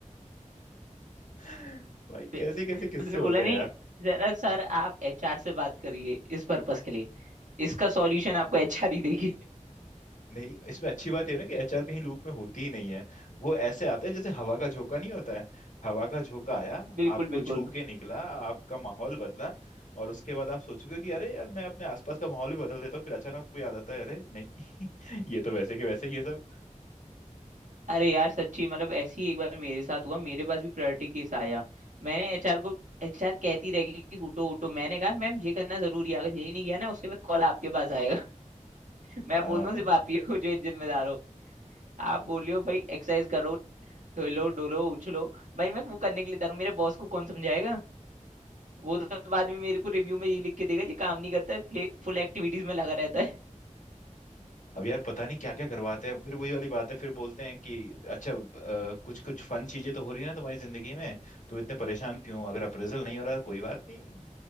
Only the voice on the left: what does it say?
<laughs> भाई
कैसे कैसे किस्से
होते
हैं
नहीं इसमें अच्छी बात ये है ना कि एचआर कहीं लूप में होती ही नहीं है वो ऐसे आते हैं जैसे हवा का झोंका नहीं होता है हवा का झोंका आया
आपको
छू के निकला आपका माहौल बदला और उसके बाद आप सोचोगे कि अरे यार मैं अपने आसपास का माहौल भी बदल देता हूँ फिर अचानक आपको याद आता है अरे नहीं <laughs> ये तो वैसे के वैसे ही है सब
हाँ
अब यार पता नहीं क्या क्या करवाते हैं फिर वही वाली बात है फिर बोलते हैं कि अच्छा कुछ कुछ फन चीजें तो हो रही है ना तुम्हारी जिंदगी में तुम इतने परेशान क्यों हो? अगर अप्रेजल नहीं हो रहा कोई बात नहीं